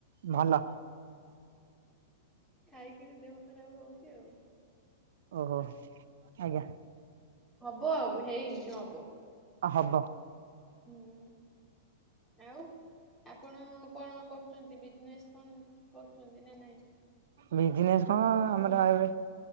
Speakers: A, on the right (about 70°); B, on the left (about 15°).
A: ଭଲ।
B: ଖାଇକିରି ଦେହ ଖରାପ ହଉଚି ଆଉ।
A: ଓହୋ ଆଜ୍ଞା।
B: ହବ ଆଉ ହେଇନି ହବ।
A: ହବ
B: ହୁଁ ଆଉ ଆପଣ କଣ କ ଚନ୍ତି ବିଜନେସ୍ କଣ କରୁଛନ୍ତି ନା ନାଇଁ?
A: ବିଜନେସ୍ କଣ
B: ମୋ
A: ଆମର
B: ଭଳି?
A: ଅଉ ବେ